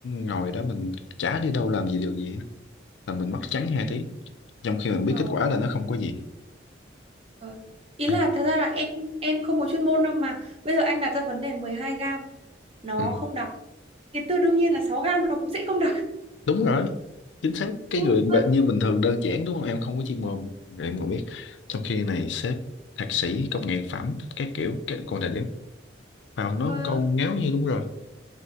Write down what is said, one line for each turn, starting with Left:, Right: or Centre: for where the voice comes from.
Left: ngồi đó mình chả đi đâu làm gì điều gì á. là mình mất trắng hai tiếng trong khi mình biết
Right: Ôi dồi
Left: kết
Right: ôi.
Left: quả là nó không có gì
Right: trời. Ý
Left: À,
Right: là thật ra là em em không có chuyên môn đâu mà bây giờ anh đặt ra vấn đề 12 gram nó
Left: ừ.
Right: không đặc cái tư đương nhiên là 6 gam nó cũng sẽ không đặc
Left: đúng rồi chính xác cái
Right: Ừ,
Left: người bệ-
Right: vâng.
Left: như bình thường đơn giản đúng không em không có chuyên môn rồi em còn biết trong khi này sếp thạc sĩ công nghệ phẩm các kiểu các còn thời điểm vào nói
Right: trời
Left: một câu
Right: ơi
Left: ngáo như đúng rồi